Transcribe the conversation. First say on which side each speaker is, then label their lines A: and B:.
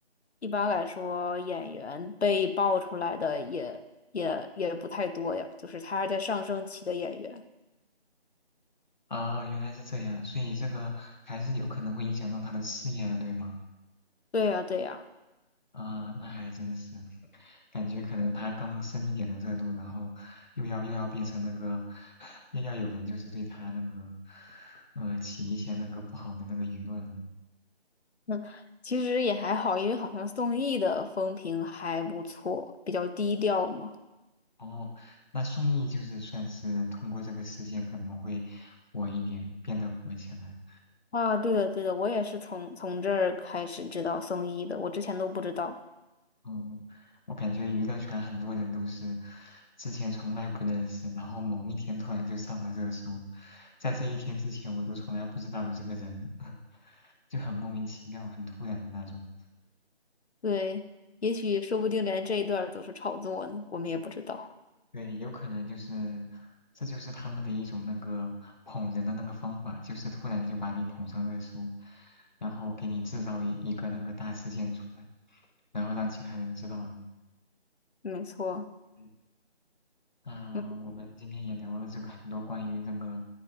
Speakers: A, on the left; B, on the left.
A: 一般来说，演员被爆出来的也也也不太多呀，就是他是在上升期的演员。
B: 啊，原来是这样，所以这个还是有可能会影响到他的事业的，对吗？
A: 对呀，对呀，
B: 啊，那还真是，感觉可能他刚升一点的热度，然后又要又要变成那个，<laughs> 又要有人就是对他那个，呃，起一些那个不好的那个舆论了
A: 那其实也还好，因为好像宋轶的风评还不错，比较低调嘛。
B: 哦，那宋轶就是算是通过这个事件可能会火一点，变得火起来。
A: 啊，对的，对的，我也是从从这儿开始知道宋轶的，我之前都不知道。
B: 嗯，我感觉娱乐圈很多人都是之前从来不认识，然后某一天突然就上了热搜，在这一天之前我都从来不知道有这个人，<laughs> 就很莫名其妙，很突然的那种。
A: 对，也许说不定连这一段儿都是炒作呢，我们也不知道。
B: 对，有可能就是，这就是他们的一种那个捧人的那个方法，就是突然就把你捧上热搜，然后给你制造一一个那个大事件出来，然后让其他人知道你。
A: 没错，
B: 嗯那我们今天也聊了这个很多关于那个
A: 嗯